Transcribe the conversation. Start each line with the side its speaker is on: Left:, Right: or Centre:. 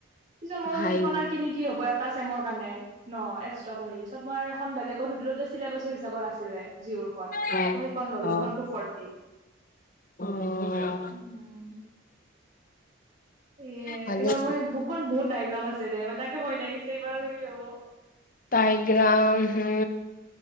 Right: পিছত মই
Left: ভাই
Right: যে সেইখন
Left: উম,
Right: আৰু কিনি কি হব এটা চেমৰ কাৰনে। ন এক্সট্ৰা পঢ়ি পিচত মই আৰু এখন বেলেগত সধোতলো চিলেবাছৰ হিচাপত আ লে জিঅ'ৰ খন।
Left: অ',
Right: তো হেইখন ল'লো
Left: অ',
Right: সেইখন টু ফৰ্টি।
Left: অ'।
Right: উম। এ
Left: ভালেই
Right: এইবাৰ মই
Left: চোন।
Right: সেই বুকখন বহুত দায় <inaudible> আছে দে, মানে তাকে ভয় লাগিছে, এইবাৰ আৰু কি হব।
Left: দাইগ্ৰম হম।